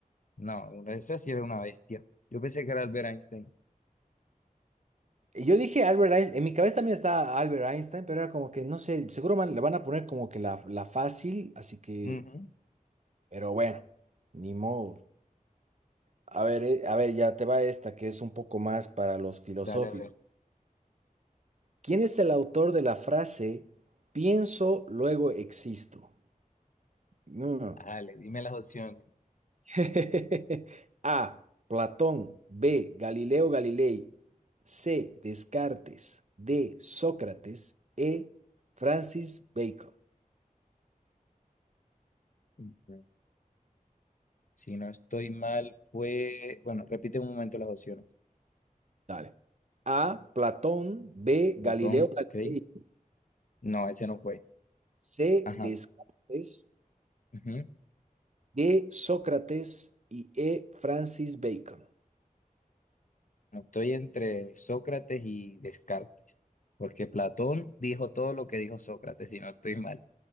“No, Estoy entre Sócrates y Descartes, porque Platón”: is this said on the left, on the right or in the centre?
Left